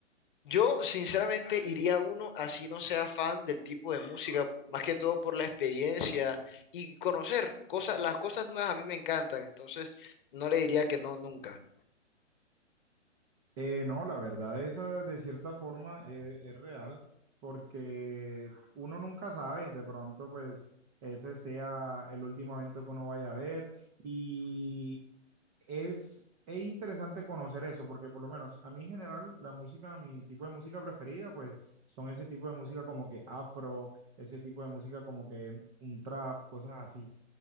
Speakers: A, on the left; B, on the right.
A: Yo sinceramente iría a uno así no sea fan del tipo de música, más que todo por la experiencia y conocer cosas, las cosas nuevas a mí me encantan, entonces no le diría que no nunca.
B: Eh, no, la verdad, esa de cierta forma eh, es real, porque uno nunca sabe, de pronto, pues ese sea el último evento que uno vaya a ver. Y es, es interesante conocer eso, porque por lo menos a mí en general la música, mi tipo de música preferida, pues son ese tipo de música como que afro, ese tipo de música como que un trap, cosas así.